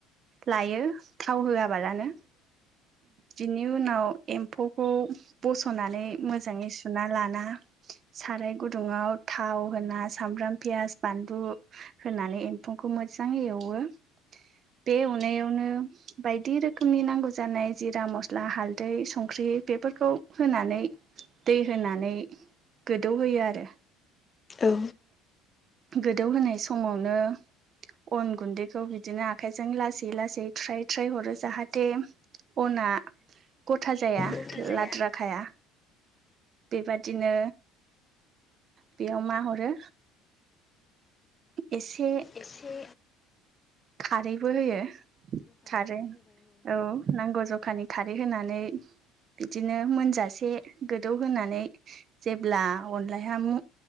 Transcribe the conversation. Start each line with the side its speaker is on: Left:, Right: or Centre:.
Right: लायो थाव होआबालानो बिनि उनाव एम्फौखौ बसनानै मोजाङै सुना लाना साराय गुदुङाव थाव होना सामब्राम पियास बानलु होनानै एम्फौ खौ मोजाङै एवो
Left: <inaudible>
Right: बे एवनायावनो बायदि रोखोमनि नांगौ जानाय जिरा मस्ला हालदै संख्रि बेफोरखौ होनानै दै होनानै गोदौहोयो आरो
Left: औ
Right: गोदौ होनाय समावनो अन गुन्दैखौ बिदिनो आखाइजों लासै लासै थ्राय थ्राय हरो जाहाथे अना गथा जाया
Left: गथा जाया
Right: लाद्राखाया बेबादिनो बेयाव मा हरो एसे
Left: एसे
Right: खारैबो होयो खारै औ नांगौ जखानि खारै होनानै बिदिनो मोनजासे गोदौ होनानै जेब्ला अनलाहा मो-मो